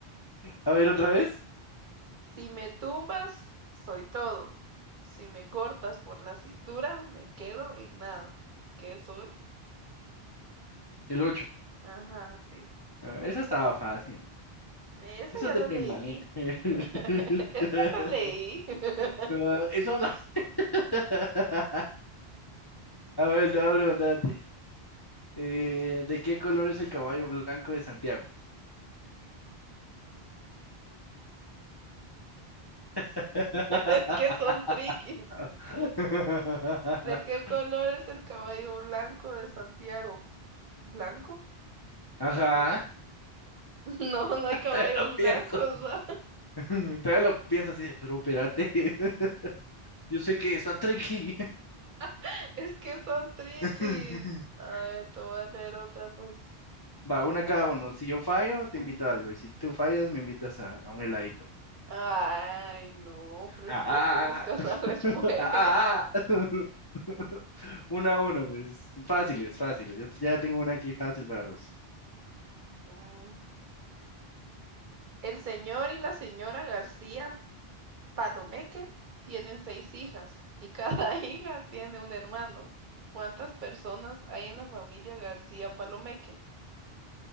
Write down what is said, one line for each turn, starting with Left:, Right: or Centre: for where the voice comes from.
Left: A ver, otra vez.
Right: Si me tumbas, soy todo. Si me cortas por la cintura, me quedo en nada. ¿Qué soy?
Left: El 8.
Right: Ajá, sí.
Left: esa estaba fácil.
Right: Esa
Left: Eso
Right: ya
Left: es de
Right: la
Left: primaria.
Right: leí.
Left: <laughs>
Right: <laughs> Esa la leí. <laughs>
Left: Ah, Eso la... <laughs> A ver, te voy a preguntar a ti. Eh, ¿de qué color es el caballo blanco de Santiago? <laughs>
Right: Es que son triquis.
Left: <laughs>
Right: ¿De qué color es el caballo blanco de Santiago? ¿Blanco?
Left: Ajá.
Right: No. <laughs> No, no hay caballos
Left: Todavía lo pienso.
Right: blancos, ¿va?
Left: <laughs> Todavía lo pienso así, de, pero espérate. <laughs> Yo sé que está tricky.
Right: <laughs> Es que son triquis.
Left: <laughs>
Right: A ver, te voy a leer otra, pues.
Left: Va, una cada uno. Si yo fallo, te
Right: <clears throat>
Left: invito a algo. Y si tú fallas, me invitas a, a un heladito.
Right: Ay, no, pero
Left: Ah,
Right: es que tú buscas
Left: ah,
Right: la <laughs> respuesta.
Left: ah. ah. <laughs> Una a uno, pues. Fáciles, fáciles. Yo ya tengo una aquí fácil para vos.
Right: Mm. El señor y la señora García Palomeque tienen seis hijas y cada <laughs> hija tiene un hermano. ¿Cuántas personas hay en la familia García Palomeque?